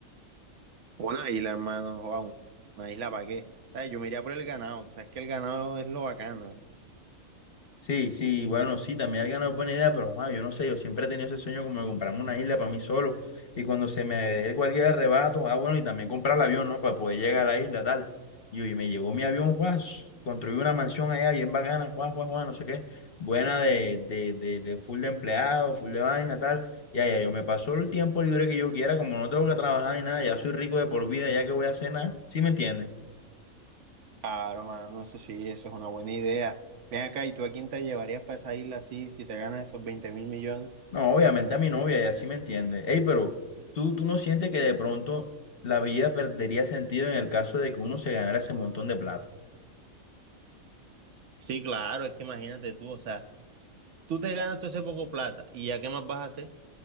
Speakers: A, on the right (about 65°); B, on the left (about 50°).
A: Una isla, hermano, joda, una isla para qué. ¿Sabes? Yo me iría por el ganado, tú sabes que el ganado es lo bacano,
B: Sí, sí, bueno, sí, también el ganado es buena idea, pero ah, yo no sé, yo siempre he tenido ese sueño como de comprarme una isla para mí solo y cuando se me dé cualquier arrebato, ah, bueno, y también comprar el avión, ¿no? Para poder llegar a la isla, tal. Y, y me llegó mi avión, Juan, construí una mansión allá bien bacana, Juan, Juan, Juan, no sé qué, buena de, de, de, de full de empleados, full de vaina, tal. Y allá yo me paso el tiempo libre que yo quiera, como no tengo que trabajar ni nada, ya soy rico de por vida, ya que voy a hacer nada, ¿sí me entiendes?
A: Claro, mano, eso sí, eso es una buena idea. Ven acá, ¿y tú a quién te llevarías para esa isla así si te ganas esos 20 mil millones?
B: No, obviamente a mi novia, ella sí me entiende. Ey, pero ¿tú, tú no sientes que de pronto la vida perdería sentido en el caso de que uno se ganara ese montón de plata?
A: Sí, claro, es que imagínate tú, o sea, tú te ganas todo ese poco plata y ya qué más vas a hacer,